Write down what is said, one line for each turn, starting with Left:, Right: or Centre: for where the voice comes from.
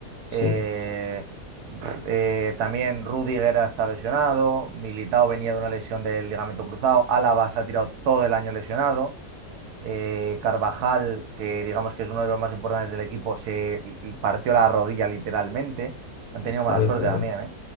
Left: Sí,
Right: Eh, pf, eh, también Rudiger está lesionado, Militao venía de una lesión del ligamento cruzado, Álava se ha tirado todo el año lesionado. Eh, Carvajal, que digamos que es uno de los más importantes del equipo, se partió la rodilla literalmente. Han tenido mala
Left: tal
Right: suerte
Left: cual.
Right: también, ¿eh?